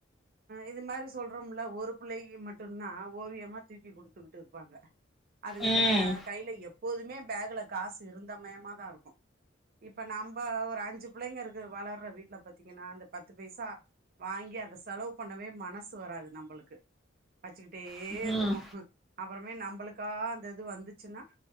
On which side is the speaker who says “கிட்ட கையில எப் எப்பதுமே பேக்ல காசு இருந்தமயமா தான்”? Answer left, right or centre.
Right